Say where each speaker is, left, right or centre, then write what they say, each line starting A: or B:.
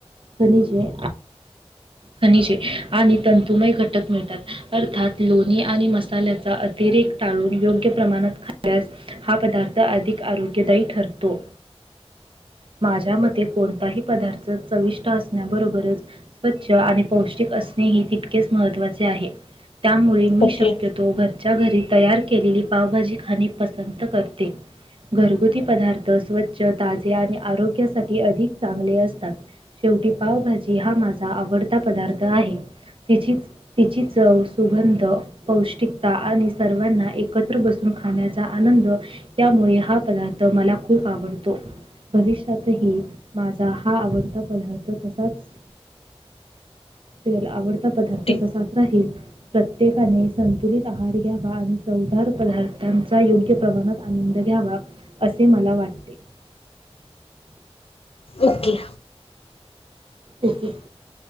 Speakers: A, on the right; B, on the left.
A: खनिजे खनिजे आणि तंतुमय घटक मिळतात, अर्थात लोणी आणि मसाल्याचा आ अतिरेक टाळून योग्य प्रमाणात खाल्यास हा पदार्थ अधिक आरोग्यदायी ठरतो, माझ्या मते कोणताही पदार्थ चविष्ट असण्याबरोबरच स्वच्छ आणि पौष्टिक असणे ही तितकेच महत्त्वाचे आहे. त्यामुळे मी
B: ओके
A: शक्यतो घर च्या घरी तयार केलेली पावभाजी खाणे पसंत करते. घरगुती पदार्थ स्वच्छ, ताजे आणि आरोग्यासाठी अधिक चांगले असतात. शेवटी पावभाजी हा माझा आवडता पदार्थ आहे तिचीच तिची चव, सुगंध पौष्टिकता आणि सर्वांना एकत्र बसून खाण्याचा आनंद त्यामुळे हा पदार्थ मला खूप आवडतो, भविष्यातही माझा हा आवडता पदार्थ तसाच तेल आवडता पदार्थ
B: ठीक
A: तसाच राहील. प्रत्येकाने संतुलित आहार घ्यावा आणि चवदार पदार्थांचा योग्य प्रवाणात आनंद घ्यावा असे मला वाटते.
B: ओके.
A: ओके